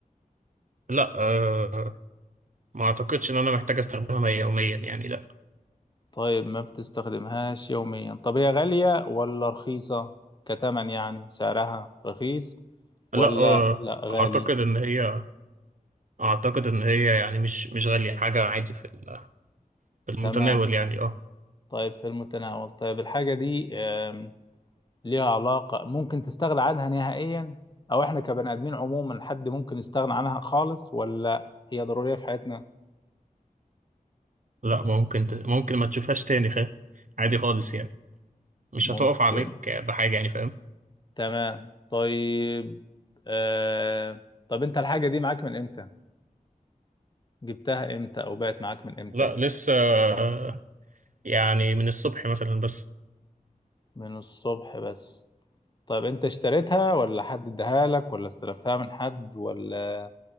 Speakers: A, on the right; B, on the left.
A: لأ أه ما أعتقدش إن أنا محتاج أستخدمها يوميا يعني لأ
B: طيب ما بتستخدمهاش يوميا طب هي غالية ولا رخيصة كتمن يعني سعرها رخيص ولا
A: لأ أه
B: لا غالي
A: أعتقد إن هي أعتقد إن هي يعني مش مش غالية حاجة عادي في ال- في المتناول
B: تمام
A: يعني أه
B: طيب في المتناول طيب الحاجة دي آم، ليها علاقة ممكن تستغنى عنها نهائيا او احنا كبني ادمين عموما حد ممكن يستغنى عنها خالص ولا هي ضرورية في حياتنا
A: لأ ممكن ت... ممكن ما تشوفهاش تاني خ... عادي خالص يعني مش
B: ممكن
A: هتقف عليك بحاجة يعني فاهم
B: تمام طيب آه... طب انت الحاجة دي معاك من امتى جبتها امتى او بقت معاك من امتى
A: لأ لسه آه، يعني من الصبح مثلا بس
B: من الصبح بس طب انت اشتريتها ولا حد اداها لك ولا استلفتها من حد ولا